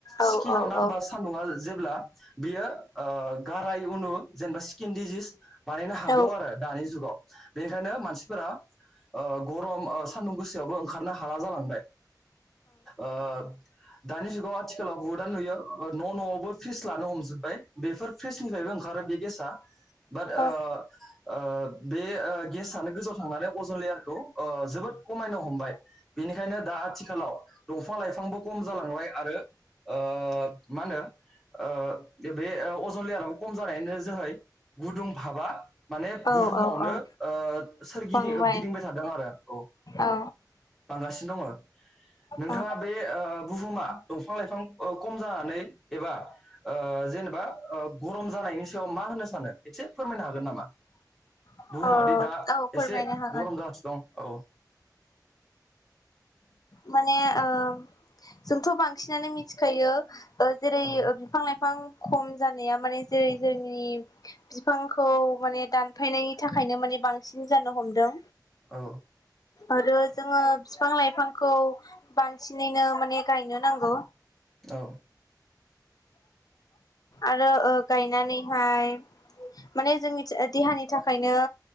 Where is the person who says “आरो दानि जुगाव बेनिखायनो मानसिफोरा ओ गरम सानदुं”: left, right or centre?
Centre